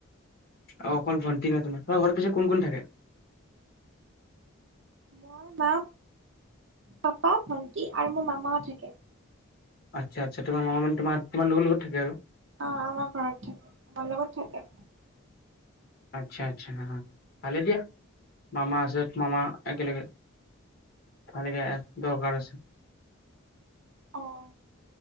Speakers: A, on the left; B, on the right.
A: অঁ ক ভন্টি ন তমাৰম ঘৰ পিত কোন কোন থাকে?
B: মই মা পাপা ভণ্টি আৰু মোৰ মামাও থাকে।
A: আচ্ছা আচছা তোমাৰ মামা মান তোম তোম লগত থাকে আৰু
B: অঁ আমাৰ ঘৰত থাকে আমাৰ লগত থাকে।
A: আচ্ছা আচ্ছা ভালে দিয়া মামা আছে মামা একেলগে ভালে দিয় দৰকাৰ আছে।
B: অহ।